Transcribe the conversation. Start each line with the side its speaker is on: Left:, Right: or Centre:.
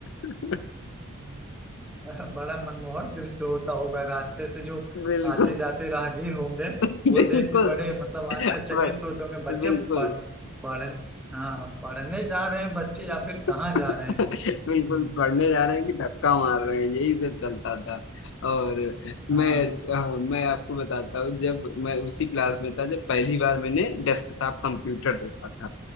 Left: <laughs>
Centre: हम्म। <laughs> बड़ा मनमोहक दृश्य होता होगा रास्ते से जो
Left: बिल्कुल
Centre: आते जाते राहगीर होंगे
Left: <laughs> बिल्कुल
Centre: वो देख के बड़े मतलब आश्चर्यचकित
Left: बड़-
Centre: होते होंगे बच्चे
Left: बिल्कुल
Centre: पढ़ पढ़ हाँ पढ़ने जा रहे हैं बच्चे या फिर
Left: <laughs>
Centre: कहाँ जा रहे हैं
Left: बिल्कुल
Centre: हम्म,
Left: पढ़ने जा रहे हैं कि धक्का मार रहे हैं यही सब चलता था और
Centre: हाँ
Left: मैं अ, मैं आपको बताता हूँ जब मैं उसी क्लास में था जब पहली बार मैंने डेस्कटॉप कंप्यूटर देखा था